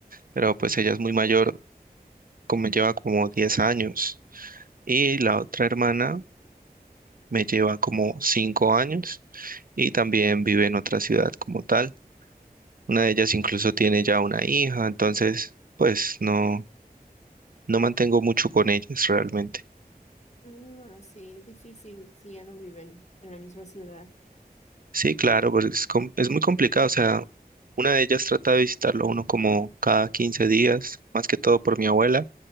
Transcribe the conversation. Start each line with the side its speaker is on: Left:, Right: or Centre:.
Right: pero pues ella es muy mayor, como lleva como 10 años. Y la otra hermana me lleva como cinco años y también vive en otra ciudad como tal. Una de ellas
Left: Ah,
Right: incluso tiene ya una hija, entonces pues no, no mantengo mucho con ellas realmente.
Left: mm, ah, sí, difícil si ya no viven en la misma ciudad.
Right: Sí, claro, porque es, com- es muy complicado, o sea, una de ellas trata de visitarlo a uno como cada 15 días, más que todo por mi abuela,